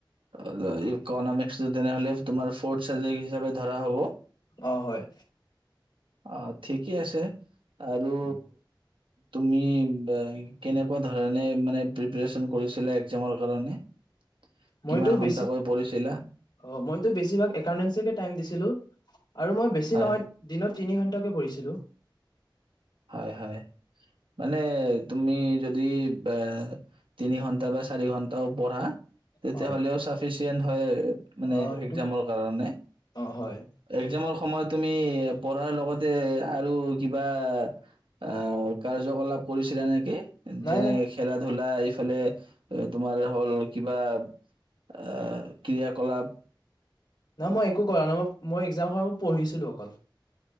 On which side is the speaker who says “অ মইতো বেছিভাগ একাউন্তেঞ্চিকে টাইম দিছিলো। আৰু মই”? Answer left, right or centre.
Left